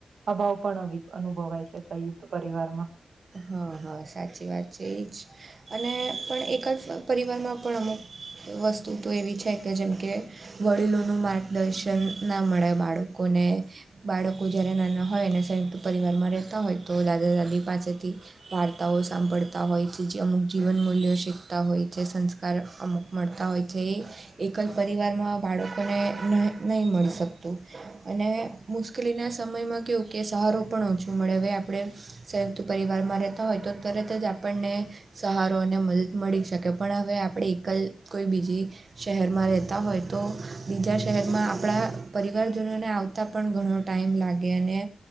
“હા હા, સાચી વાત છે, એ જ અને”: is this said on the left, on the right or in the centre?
Right